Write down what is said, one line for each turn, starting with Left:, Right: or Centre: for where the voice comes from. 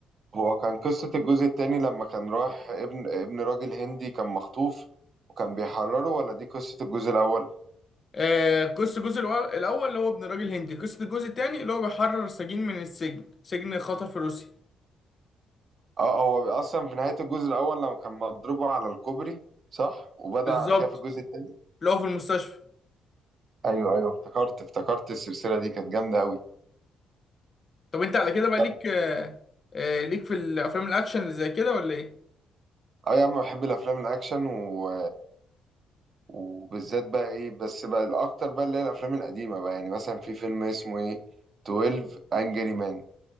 Right: هو كان قصة الجزء التاني لما كان رايح ابن ابن راجل هندي كان مخطوف وكان بيحرره ولا دي قصة الجزء الأول؟
Left: آه قصة الجزء الأول الأول اللي هو ابن راجل هندي قصة الجزء التاني اللي هو بيحرر سجين من السجن سجن خطر في روسيا
Right: اه هو أصلا في نهاية الجزء الأول لما كان مضروب على الكوبري صح؟ وبدأ
Left: بالظبط
Right: على كده في الجزء التاني؟
Left: اللي هو في المستشفى
Right: أيوه أيوه افتكرت افتكرت السلسلة دي كانت جامدة أوي
Left: طب انت على كده بقى
Right: طب
Left: ليك آه آه ليك في الأفلام الأكشن اللي زي كده ولا ايه؟
Right: اه يا عم بحب الأفلام الأكشن و... وبالذات بقى إيه بس بقى الأكتر بقى اللي هي الأفلام القديمة بقى يعني مثلا في فيلم اسمه إيه 12 أنجري مان